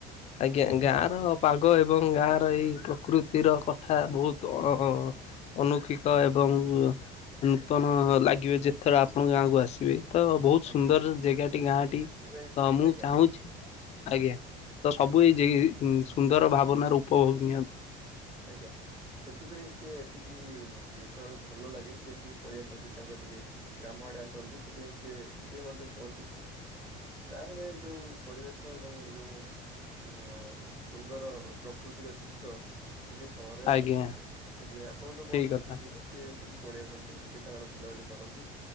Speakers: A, on the left (about 35°); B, on the right (about 20°).
A: ଆଜ୍ଞା ଗାଁର ପାଗ ଏ ଏବଂ ଗାଁର ଏଇ ପ୍ରକୃତିର କଥା ବହୁତ୍ ଅ ଅ ଅନୌକିକ ଏବଂ ନୂତନ ଲାଗିବେ ଯେଥର ଆପଣଙ୍କ ଗାଁକୁ ଆସିବେ। ତ ବହୁତ୍
B: ଆଜ୍ଞା
A: ସୁନ୍ଦର ଜାଗାଟି ଗାଁଟି
B: ସେଥିପାଇଁ
A: ତମୁଁ
B: ଆଜ୍ଞା
A: ଚାହୁଁଛି ଆଜ୍ଞା। ତ ସବୁ ଏ ଜେ ସୁନ୍ଦର ଭାବନାର ଉପଭୋଗ ନିଅନ୍ତୁ।
B: ଆଜ୍ଞା। ସେଥିପାଇଁ ସିଏ ଏଠିକି ଯେତେବେଳେ ଭଲ ଲାଗେ ସିଏ ଏଠିକି ପଳେଇ ଆସନ୍ତି ତାଙ୍କର ଟିକେ ଗ୍ରାମ ଆଡ଼େ ଆସନ୍ତି ସେଥିପାଇଁ ସିଏ ସିଏ ମଧ୍ୟ କୁହନ୍ତିକି ଗାଁରେ ଯୋଉ ପରିବେଶ ଏବଂ ଯୋଉ ଆ ସୁନ୍ଦର ପ୍ରାକୃତିକ ଦୃଶ୍ୟ ସେଠି ସହରରେ
A: ଆଜ୍ଞା
B: ନାହିଁ ସେଥିପାଇଁ ଆପଣତ କହୁଥିଲେ
A: ଠିକ କଥା।
B: ସେଥିପାଇଁ ସିଏ ଏଠିକି ପଳିଇଆସନ୍ତି ଟିକେ ତାଙ୍କର ବୁଲାବୁଲି କରନ୍ତି